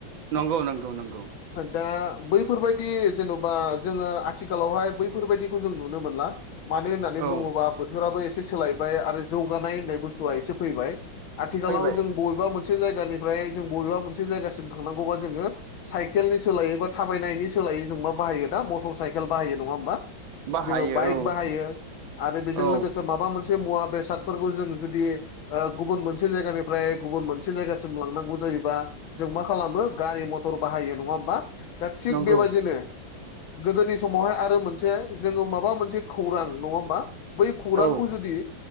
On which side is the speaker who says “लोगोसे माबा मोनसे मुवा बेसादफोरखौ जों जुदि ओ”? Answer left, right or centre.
Left